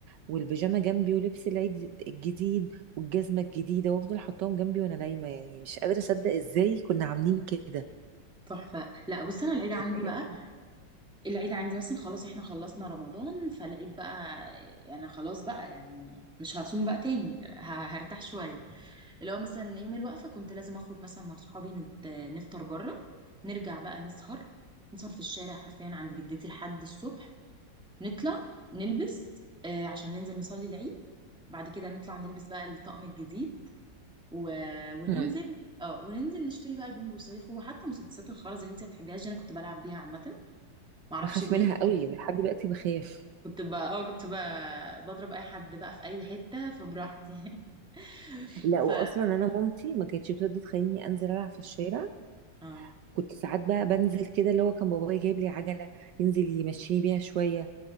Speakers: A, on the right (about 70°); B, in the centre.
A: والبيجامة جنبي ولبس العيد الجديد والجزمة الجديدة وأفضل حطاهم جنبي وأنا نايمة يعني مش قادرة أصدق إزاي كنا عاملين كده
B: تحفه لا بص انا العيد عندي
A: كانت
B: بقى
A: أيام جميلة.
B: العيد عندي مثلا خلاص احنا خلصنا رمضان فالعيد بقى انا خلاص بقى يعني مش هصوم بقى تاني ه- هرتاح شويه اللي هو مثلا يوم الوقفه كنت لازم اخرج مثلا مع صحابي نت- نفطر بره نرجع بقى نسهر نسهر في الشارع حرفيا عند جدتي لحد الصبح نطلع نلبس آه، عشان ننزل نصلي العيد بعد كده نطلع نلبس بقى الطقم الجديد و... وننزل
A: مم.
B: اه وننزل نشتري بقى البومب والصواريخ وحتى مسدسات الخرز اللي انت ما بتحبيهاش دي انا كنت بلعب بيها عامه ما اعرفش
A: بخاف
B: ليه
A: منها قوي ولحد دلوقتي بخاف
B: كنت بقى اه كنت بقى بضرب اي حد بقى في اي حته فبراحتي <laughs>
A: لا واصلا
B: ف
A: انا مامتي ما كانتش بتقدر تخليني انزل العب في الشارع
B: اه
A: كنت ساعات بقى بنزل كده اللي هو كان بابايا جايب لي عجلة ينزل يمشيني بيها شوية